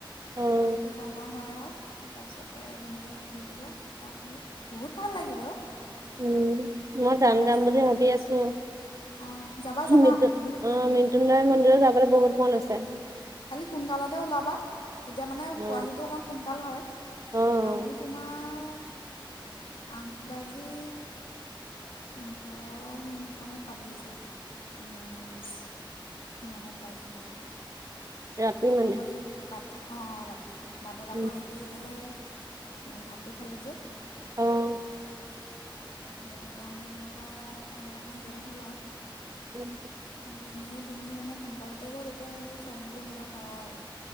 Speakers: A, on the right; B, on the left.
A: উম।
B: তাৰপৰা সেইটো সময় হয় আৰু, তাৰপিছতে ধুনীয়াকৈ খুলি দিব, তাৰপৰা ঘূৰি বহুত ভাল লাগিল অ'।
A: উম, মই
B: আমাৰ
A: যাম,
B: শৰাই
A: যাম
B: চৰাই
A: বুলি
B: তেনেকৈ
A: ভাবি
B: দিছে
A: আছোঁ।
B: অঁ যাবা
A: <unintelligible>
B: যাবা
A: আহ <unintelligible>
B: বহুত ভাল লাগে
A: মন্দিৰত যাবলৈ বহুত মন আছে।
B: অঁ খালি সোনকালতে ওলাবা তেতিয়া মানে
A: উম,
B: পোহীটো অকণমান সোনকাল হয়
A: অ',
B: আমি তোমাৰ আঠ বাজি পোন্ধৰ মিনিটমানত পালোহি চাগে পোন্ধৰ নে বিছ। সিমানত পাইছোঁহে আৰু
A: ৰাতি মানে
B: আকৌ এই বাট অ', অ', ৰাতি বাটত
A: উম,
B: আকৌ সেই পেলাই ভাতো খালোঁ যে
A: অ',
B: তাৰপৰা সেইটো কাৰণে যেনিবা সেই অকণমান দেৰি হ'ল আৰু
A: <inaudible>
B: কিনো এনেই তুমি মানে সোনকালতে গৈ তেতিয়া সেইবোৰ চাই মেলি আহিব পাৰা আৰু।